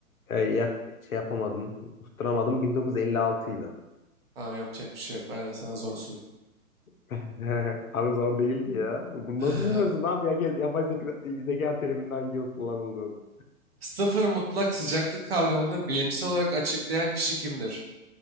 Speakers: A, on the left; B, on the right.
A: e, ya- şey yapamadım, tutturamadım. 1956'ydı.
B: Tamam yapacak bir şey yok. Ben de sana zor sorayım.
A: <laughs> Abi zor değildi ya. Bunu
B: <sighs>
A: nasıl bilmiyorsun abi? Herkes yapay zeka, zeka teriminin hangi yıl kullanıldığını.
B: <laughs> Sıfır mutlak sıcaklık kavramını bilimsel olarak açıklayan kişi kimdir?